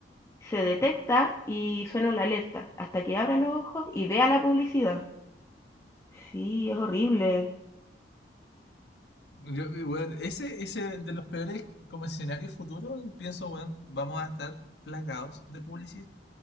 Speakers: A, on the left; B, on the left.
A: se detecta y suena la alerta hasta que abra los ojos y vea la publicidad. Sí, es horrible.
B: Yo, eh, weón, ese, ese de los peores como escenario futuro, pienso, weón, vamos a estar plagados de publicidad,